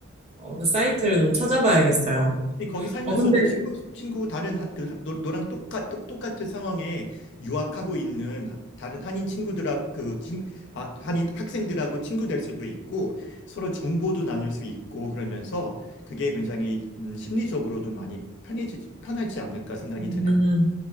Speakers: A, on the right; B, on the left.
A: 어, 그 사이트를 좀 찾아봐야겠어요.
B: 근데 거기 살면서도
A: 어, 근데,
B: 친구 친구 다른 하- 그 하- 너, 너랑 똑같 똑같은 상황에 유학하고 있는 하- 다른 한인 친구들하 그 친, 아, 한인 학생들하고 친구 될 수도 있고 서로 정보도 나눌 수 있고 그러면서 그게 굉장히 음, 심리적으로도 많이 편해지 편하지 않을까 생각이
A: 음,
B: 드네.